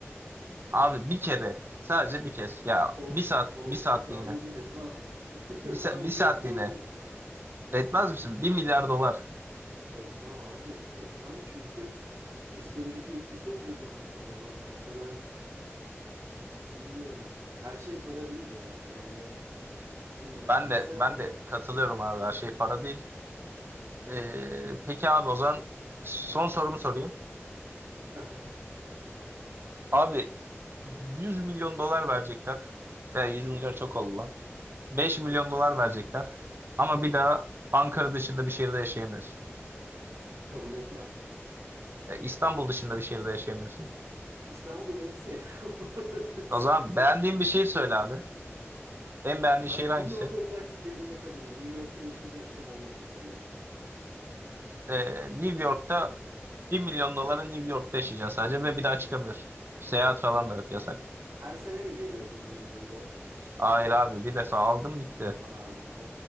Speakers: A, on the right; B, on the right.
A: Abi bir kere sadece bir kez ya
B: Olsun,
A: bir saat
B: olsun.
A: bir saatliğine
B: Ben bunu etmem. <laughs>
A: bir, sa
B: Ben
A: bir saatliğine
B: bunu kabul etmem.
A: etmez misin? Bir milyar dolar.
B: Etmem abi. Etmem çünkü psikolojik etkisi olacak onun sonra bana. Yani ben bilmiyorum. Her şey para değil ya. Yani bilmiyorum.
A: Ben
B: Mesela
A: de ben de katılıyorum abi her şey para değil. Ee, peki abi o zaman son sorumu sorayım.
B: <laughs>
A: Abi 100 milyon dolar verecekler. Veya 100 milyon çok oldu lan. 5 milyon dolar verecekler. Ama bir daha Ankara dışında bir şehirde yaşayamıyorsun.
B: kabul etmem.
A: Ee, İstanbul dışında bir şehirde yaşayamıyorsun.
B: İstanbul'u ben hiç sevmiyorum <laughs> bu arada. İstanbul
A: O zaman beğendiğin bir şehir söyle abi. En beğendiğin
B: Abi
A: şehir hangisi?
B: New York olacaksa dediğine kabulüm. New York'ta yaşayacaksam olur mesela.
A: Ee, New York'ta bir milyon dolara New York'ta yaşayacaksın sadece ve bir daha çıkamıyorsun. Seyahat falan da yok yasak.
B: Her sene mi geliyor bu bir milyon dolar?
A: Hayır
B: <laughs>
A: abi bir defa aldım bitti.
B: Aa, o